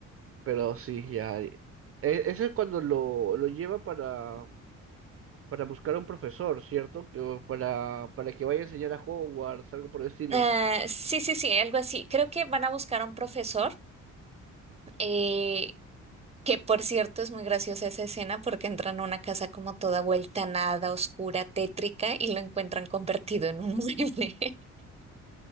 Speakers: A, on the right; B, on the right.
A: Pero sí, ya. e- Ese es cuando lo, lo lleva para, para buscar a un profesor, ¿cierto? Que, o para, para que vaya a enseñar a Hogwarts, algo por el estilo.
B: Ah, sí, sí, sí, algo así. Creo que van a buscar a un profesor, eh, que por cierto es muy graciosa esa escena porque entran a una casa como toda vuelta a nada, oscura, tétrica y lo encuentran convertido en un mueble.